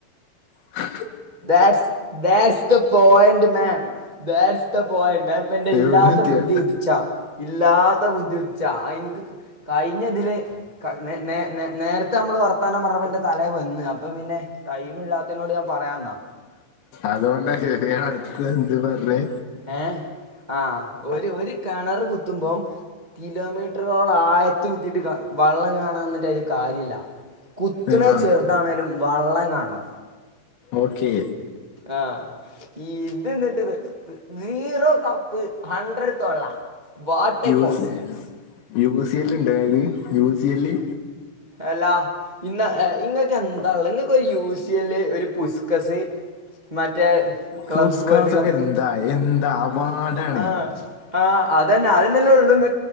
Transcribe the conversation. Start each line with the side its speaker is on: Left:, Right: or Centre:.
Left: ആ
Right: that's that's the point man that's the point അത്പ്പൊ എന്റെ ഇല്ലാത്ത
Left: എവിടുന്ന് ഇട്ടിയ
Right: ബുദ്ധി ഉദിച്ചാ ഇല്ലാത്ത ബുദ്ധിദിച്ചാ അയിനിക്ക് കഴിഞ്ഞതില് കഹ്ന്നെ നേ നേ നേ നേരത്തെ അമ്മള് വർത്താനം പറഞ്ഞപ്പോ എന്റെ തലെ വന്ന് അപ്പം പിന്നെ ടൈം ഇല്ലാത്തെയിനോട് ഞാൻ പറയാന്നാ
Left: അതുകൊണ്ടാ ഞാ അടുത്ത് എന്ത് പറഞേ
Right: ഏഹ് ആഹ് ഒരു ഒരു കിണറ് കുത്തുമ്പം കിലോമീ റ്ററോളം ആയത്ത് കുത്തിട്ട് വള്ളം കാണാന്നിട്ട് ഒരു കാര്യല്ല കുത്ത്ണെ
Left: ആ
Right: ചെറു താണെേലും വള്ളം കാൺണം
Left: ഓക്കേ
Right: ആഹ് ഇത് ന്നിട്ട്ത് സീറോ കപ്പ് ഹണ്ട്രഡ് തൊള്ള വാട്ടെ
Left: U
Right: confidence
Left: C U C യെല്ല് ഉണ്ടായാല് യു സി എല്ല്
Right: അല്ലാ ഇന്ന ഇങ്ങക്ക് എന്താ ഇള്ളെ ഒരു യൂ സി ല് ഒരു പുസ്ക്കസ് മറ്റേ ക്ലബ്ബ്
Left: പുസ്കാസ്
Right: വേൾഡ് കപ്പ്
Left: ഒക്കെ എന്താ എന്താ അവാർഡാണ്
Right: അഹ് ആഹ് ആഹ് അതെന്നെ അതെന്നെല്ലേള്ളൂ ഇങ്ങ